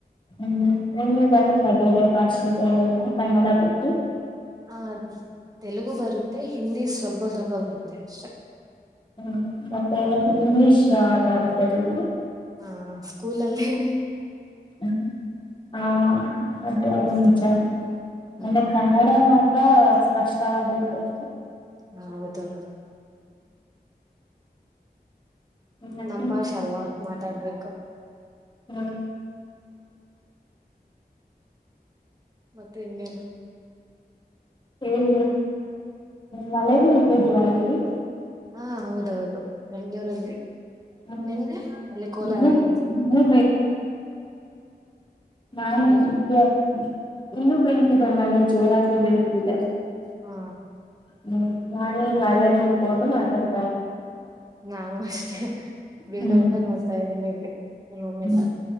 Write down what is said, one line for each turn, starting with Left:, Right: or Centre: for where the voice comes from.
Left: ಹ್ಮ್ ನಿಮಗೆ ಬರುತ್ತಾ ಬೇರೆ ಭಾಷೆಗಳೆಲ್ಲಾ ಕನ್ನಡ ಬಿಟ್ಟು.
Right: ಹ ತೆಲುಗು ಬರುತ್ತೆ ಹಿಂದಿ ಸ್ವಲ್ಪ ಸ್ವಲ್ಪ ಬರುತ್ತೆ. ಅಷ್ಟೇ
Left: ಹ್ಮ್. ಇಂಗ್ಲೀಷಾ ಬರುತ್ತೆ ಬಿಡಿ.
Right: ಹಾ ಸ್ಕೂಲ್ ಅಲ್ಲಿನೆ.
Left: ಹ ಹ ಅದೇ
Right: ಹ್ಮ್
Left: ಅದೇ ನಿಜನೆ ಅಂದೆ
Right: ಹ್ಮ್
Left: ಕನ್ನಡ ಮಾತ್ರ. ಸ್ಪಷ್ಟವಾಗಿರಬೇಕು.
Right: ಹಾ ಹೌದ ಹೌದು.
Left: ಮತ್ತೆ
Right: ನಮ್ ಭಾಷೆ ಅಲ್ವಾ ಮಾತಾಡ್ಬೇಕು ಹ
Left: ಹ್ಮ
Right: ಮತ್ತೆ ಇನ್ನೇನು
Left: ಹೇಳಿ ಮಳನತಿದ ಅಲ್ಲಿ
Right: ಹಾ ಹೌದೌದು ಬೆಂ ೂಲ್ಲಿ
Left: ಹ್ಮ್
Right: ನಿಮಗೆ ಅಲ್ಲಿ ಕೋಲಾರಲ್ಲಿ
Left: ಇನ್ನೂ ಇನ್ನೂ ನ ನಾ
Right: ಏನು
Left: ತಿಿ ಅ <inaudible> ಇನ್ನುೂ ಬೆಳತಿದೆ ಮಳೆ ಜೋರಾಗೆ ಬೀಳತಿದೆ
Right: ಹಾ
Left: ಹ್ಞೂ ನಾನೇ ಮಳೆ ನೋಡ್ಕೊಂಡು ಮಾತಾಡ್ನಿ
Right: ನಾನು ಅಷ್ಟೇ ವಿಂಡೋ
Left: ಹ್ಮ್
Right: ಇಂದ ನೋಡುತ್ತಿದ್ದೇನೆ ಇಲ್ಲಿ ರೂಮಿಂದ
Left: ಹ್ಮ್